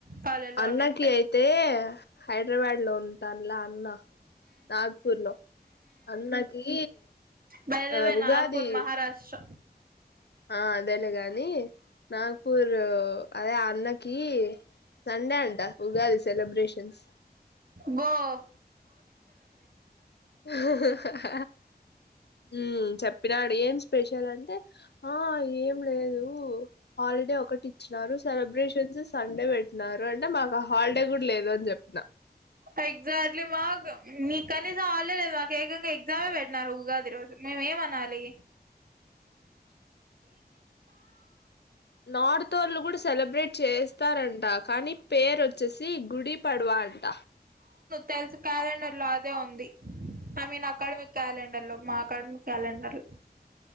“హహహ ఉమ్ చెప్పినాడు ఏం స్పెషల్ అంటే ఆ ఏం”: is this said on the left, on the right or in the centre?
Left